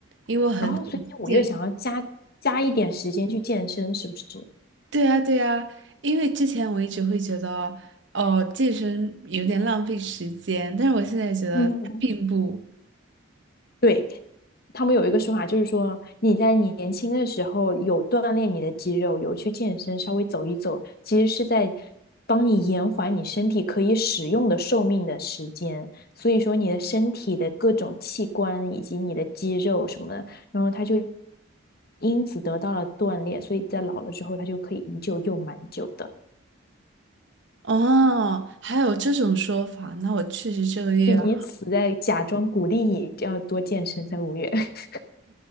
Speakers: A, on the right; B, on the left.
A: 因为我很
B: 然后，所以你五月想要加加一点时间去健身，
A: 健。
B: 是不是？
A: 对呀，对呀，因为之前我一直会觉得哦健身有点浪费时间，但是我现在觉得并不。
B: 嗯，对，他们有一个说法，就是说你在你年轻的时候有锻炼你的肌肉，有去健身，稍微走一走，其实是在帮你延缓你身体可以使用的寿命的时间。所以说你的身体的各种器官以及你的肌肉什么的，然后它就因此得到了锻炼，所以在老了之后，它就可以依旧用蛮久的。
A: 哦，还有这种说法，那我确实这个月好
B: 就是以此在假装鼓励你要多健身，在五月。<laughs>